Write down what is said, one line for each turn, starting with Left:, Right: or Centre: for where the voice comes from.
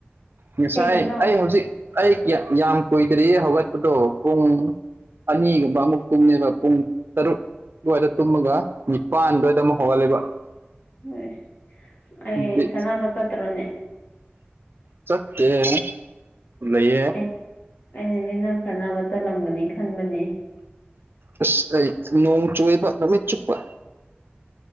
Right: ꯉꯁꯥꯏ
Left: ꯀꯩꯒꯤꯅꯣ
Right: ꯑꯩ ꯍꯧꯖꯤꯛ ꯑꯩ ꯌ ꯌꯥꯝ ꯀꯨꯏꯗ꯭ꯔꯤꯌꯦ ꯍꯧꯒꯠꯄꯗꯣ ꯄꯨꯡ ꯑꯅꯤꯒꯨꯝꯕ ꯑꯃꯨꯛ ꯇꯨꯝꯃ‌ꯦꯕ ꯄꯨꯡ ꯇꯔꯨꯛ ꯑꯗꯨꯋꯥꯏꯗ ꯇꯨꯝꯃꯒ ꯅꯤꯄꯥꯟꯗ ꯗꯨꯝ ꯍꯧꯒꯠꯂꯦꯕ
Left: ꯑꯦꯁ ꯑꯩ
Right: ꯑꯗꯨꯗꯤ
Left: ꯁꯅꯥꯕ ꯆꯠꯇ꯭ꯔꯥꯅꯦ
Right: ꯆꯠꯇꯦ ꯂꯩꯌꯦ
Left: ꯑꯩ ꯑꯩꯅꯗꯤ ꯅꯪ ꯁꯥꯟꯅꯕ ꯆꯠꯂꯝꯒꯅꯤ ꯈꯟꯕꯅꯦ
Right: ꯑꯁ ꯑꯩ ꯅꯣꯡ ꯆꯨꯌꯦꯕ ꯅꯨꯃꯤꯠ ꯆꯨꯞꯄ